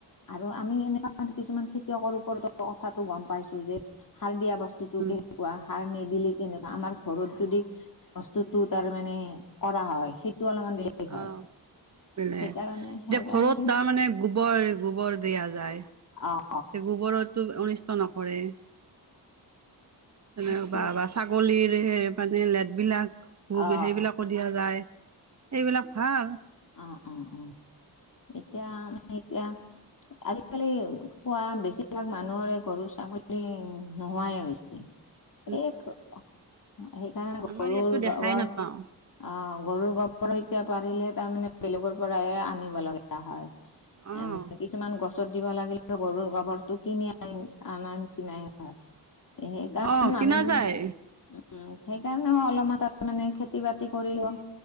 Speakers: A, on the left; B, on the right.
A: আৰু আমি সেনেকুৱা কিছুমান খেতিয়কৰ ওপৰতো কথাটো গম পাইছো যে, - সাৰ দিয়া বস্তুটো
B: উম
A: কেনেকুৱা সাৰ নিদিলে কেনেকুৱা আমাৰ ঘৰত যদি- বস্তুটো তাৰ মানে কৰা হয়, সেইটো অলমান বেলেগ। হয়
B: অঁ পেনে
A: সেইকাৰণে সেইকাৰণে
B: ঘৰত তাৰমানে গোবৰ গোবৰ দিয়া যায়।
A: অঁ'
B: গোবৰতটো অনিষ্ট নকৰে। তেনেকে
A: অ
B: বা বাচ- ছাগলীৰ সেই মানে লেটবিলাক
A: অ
B: সেইবিলাকো দিয়া যায়। এইবিলাক- হাঁ।
A: অঁ অঁ অঁ এতিয়া আমি এতিয়া- আজিকালি পোৱা বেছিভাগ মানুহৰে গৰু ছাগলী নোহোৱাই হৈছে।
B: <inaudible>
A: এই ক সেইকাৰণে
B: আমাৰ
A: গৰুৰ
B: ইয়াততো
A: গাঁৱৰ-
B: দেখাই নাপাওঁ।
A: অ গৰুৰ গবৰ এতিয়া পাৰিলে তাৰমানে বেলেগৰ পৰাহে আনিব লগা হয়
B: অ'
A: এ কিছুমান গছ ছত দিব লাগিলেও গৰুৰ গবৰ টো কিনি আন আনাৰ নিচিনাই হয় সেইকাৰণে
B: অ'
A: মানুহ
B: কিনা
A: <unintelligible>
B: যায়।
A: উ সেইকাৰণে অলপমান মানে খেতি বাতি কৰিলেও